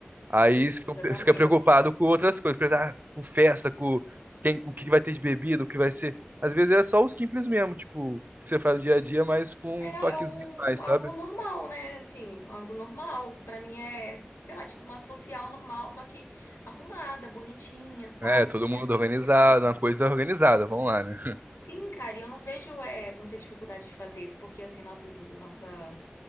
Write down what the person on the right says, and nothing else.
Aí
você
fica fica preocupado com outras coisas, preocupado, ah, com festa, com quem, o que vai ter de bebida, o que vai ser. Às vezes é só o simples mesmo, tipo, que você faz no dia a dia, mas com
um toquezinho
a mais,
sabe?
É, todo
mundo
organizado,
uma coisa organizada, vamos lá, né?